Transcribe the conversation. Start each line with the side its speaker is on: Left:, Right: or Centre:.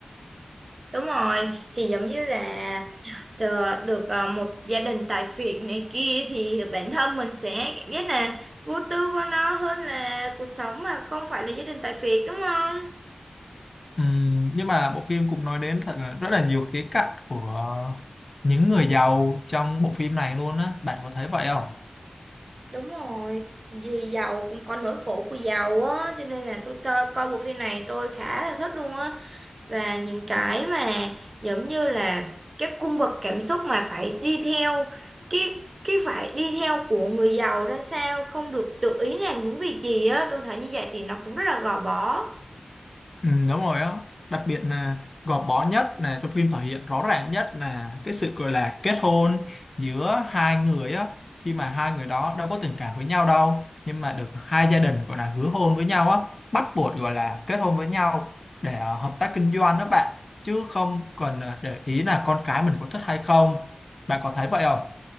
Right: Đúng rồi, thì giống như là Tờ- được ờ, một gia đình tại phiệt này kia thì bản thân mình sẽ cảm giác là vô tư vô nó hơn là cuộc sống mà không phải là gia đình tại phiệt đúng không?
Left: Ừm, nhưng mà bộ phim cũng nói đến thật là rất là nhiều khía cạnh của những người giàu trong bộ phim này luôn á bạn có thấy vậy không
Right: Đúng rồi, vì giàu cũng có nỗi khổ của giàu á, cho nên là tôi coi, coi bộ phim này tôi khá là thích luôn á. Và những cái mà giống như là các cung bậc cảm xúc mà phải đi theo cái cái phải đi theo của người giàu ra sao, không được tự ý làm những việc gì á, tôi thấy như vậy thì nó cũng rất là gò bó.
Left: ừ, đúng rồi á đặc biệt là gò bó nhất là trong phim thể hiện rõ ràng nhất là cái sự gọi là kết hôn giữa hai người á khi mà hai người đó đâu có tình cảm với nhau đâu nhưng mà được hai gia đình gọi là hứa hôn với nhau á bắt buộc gọi là kết hôn với nhau để ờ, hợp tác kinh doanh đó bạn chứ không cần ờ, để ý là con cái mình có thích hay không bạn có thấy vậy không